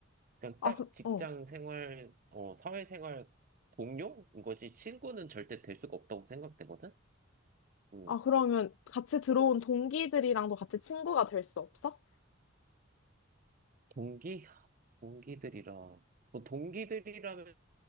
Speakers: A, on the right; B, on the left.
A: 그냥
B: 아,
A: 딱
B: 그,
A: 직장
B: 어.
A: 생활, 어, 사회 생활 동료인 거지. 친구는 절대 될 수가 없다고 생각되거든? 음,
B: 아, 그러면 같이 들어온 동기들이랑도 같이 친구가 될 수 없어?
A: 동기? 동기들이라. 뭐 동기들이라면